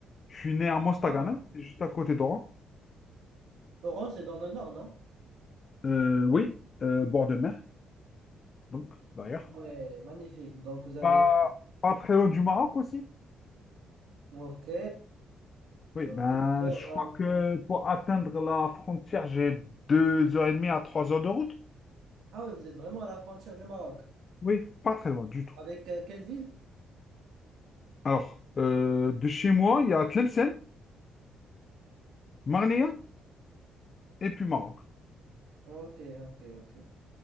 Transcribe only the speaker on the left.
Je suis né à Mostaganem,
c'est juste à côté d'Oran.
Euh, oui, euh, bord de mer, donc, derrière.
Pas, pas très loin du Maroc aussi.
Oui, ben,
je
crois que pour atteindre la frontière, j'ai deux heures et demie à trois heures de route.
Oui, pas très loin du tout.
Alors, euh, de chez moi, il y a Tlemcen, Marnia et puis Maroc.